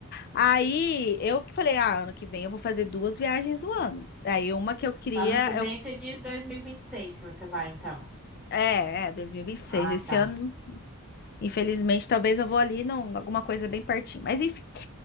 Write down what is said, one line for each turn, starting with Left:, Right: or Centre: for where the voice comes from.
Left: Aí, eu que falei, ah, ano que vem eu vou fazer duas viagens no ano. Aí, uma que eu queria,
Centre: Ano que vem
Left: eu,
Centre: você diz dois mil e vinte e seis, que você vai, então.
Left: é, é, 2026,
Centre: Ah,
Left: esse
Centre: tá.
Left: ano, infelizmente, talvez eu vou ali, não, alguma coisa bem pertinho, mas enfim.